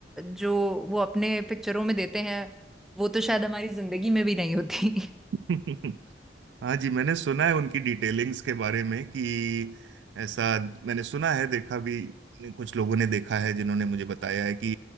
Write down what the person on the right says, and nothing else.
करें <laughs> हाँ जी मैंने सुना है उनकी डिटेलिंग्स के बारे में कि ऐसा मैंने सुना है देखा भी कुछ लोगों ने देखा है जिन्होंने मुझे बताया है कि